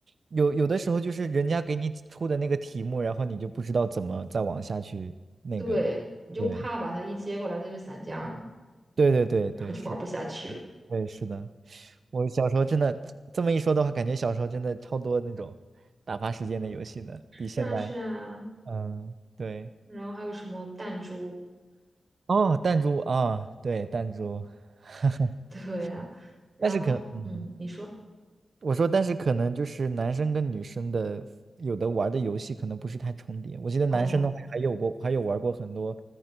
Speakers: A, on the right (about 60°); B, on the right (about 30°).
A: 有有的时候就是人家给你出的那个题目，然后你就不知道怎么再往下去那个。
B: 对，你就怕把它一接过来，
A: 对
B: 它就散架了嘛，
A: 对对对对，
B: 然后就玩不下去了。
A: 是的，嗯对是的。我小时候真的这么一说的话，感觉小时候真的超多那种打发时间的游戏的，比现在
B: 是啊，是啊。
A: 嗯对。
B: 然后还有什么弹珠？
A: 哦，弹珠啊，对，弹珠，<laughs>
B: <laughs> 对呀、
A: 是的但是可，
B: 然后，
A: 嗯，
B: 嗯，你说，
A: 我说，但是可能就是男生跟女生的有的玩的游戏可能不是太重叠。我记得男生的话还有过，
B: 哦，
A: 还有玩过很多